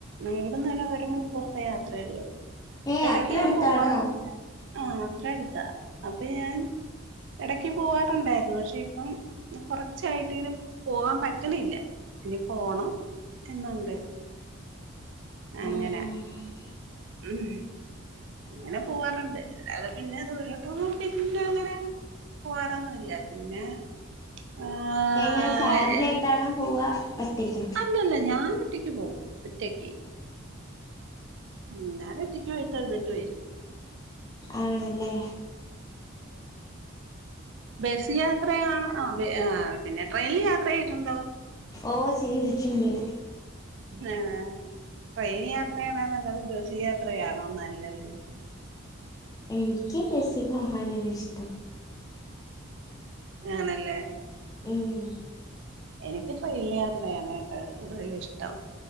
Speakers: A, on the right (about 60°); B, on the left (about 15°).
A: ഇവിടന്ന് പിന്നെ ഒരു മണിക്കൂറത്തെ യാത്രേള്ളൂ.
B: ഏഹ്
A: എടക്ക്
B: അത്ര
A: ഞാൻ
B: അടുത്താണോ
A: പോവാറുണ്ട്. ആഹ് അത്രേ അട്ത്താ. അപ്പ ഞാൻ എടക്ക് പോവാറുണ്ടായി <unintelligible> പക്ഷെ ഇപ്പം കൊറച്ചായിട്ട് ങ്ങനെ പോവാം പറ്റ്ണില്ല. ഇനി പോണം. എന്നുണ്ട്.
B: ആഹ്
A: അങ്ങനെ ഉം അങ്ങനെ പോവാറ്ണ്ട് അല്ലാതെ പിന്നെ ദൂരോട്ടൊന്നും പിന്നെങ്ങനെ പോവാറൊന്നുല്ല പിന്നെ ആഹ്
B: എങ്ങനെ ഫാമിലായിട്ടാണോ പോവാ ഒറ്റകൊ?
A: അല്ല ല്ല ഞാൻ ഒറ്റക്ക് പോവും ഒറ്റക്ക്. ഉം ഞാൻ ഒറ്റയ്ക്ക് പോയിട്ട് ഒറ്റക് വെരും.
B: ആണ്ല്ലേ.
A: ഉം ബസ് യാത്രയാണ് പിന്നെ ട്രെയിനിൽ യാത്ര ചെയ്തിട്ടുണ്ടോ?
B: ഓ ചെയ്തിട്ടുണ്ട്.
A: ആ ട്രെയിൻ യാത്രയാണോ നല്ലത് ബസ് യാത്രയാണോ നല്ലത്.
B: എനിക്ക് ബെസ്സി പോകാനാ ഇഷ്ടം.
A: ആണല്ലേ.
B: ഉം ഉം
A: എനിക്ക് ട്രെയിൻ യാത്രയാണ് കൂടുതൽ ഇഷ്ടം.